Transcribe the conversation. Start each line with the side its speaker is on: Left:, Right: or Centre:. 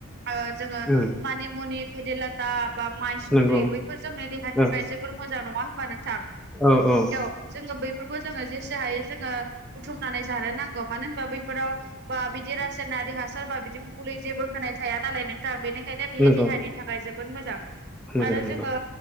Right: ओ जोङो
Centre: उम
Right: मानि मुनि फेदेलाटा बा माइसुद्रि
Centre: नंगौ
Right: बैफोर जोंनि देहानि थाख
Centre: औ
Right: जोबोर मोजां नङा होमबा नोथां?
Centre: औ औ
Right: औ जोङो बैफोरखौ जोङो जेसे हायो जोङो बुथुमनानै जानो नांगौ मानो होनबा बैफोराव बा बिदि रासायनारि हासार बा बिदि मुलि जेबो होनाय थाया नालाय नोंथां बेनिखायनो बियो
Centre: नंगौ
Right: देहानि थाखाय जोबोद मोजां
Centre: मोजां
Right: आरो
Centre: नंगौ
Right: जोङो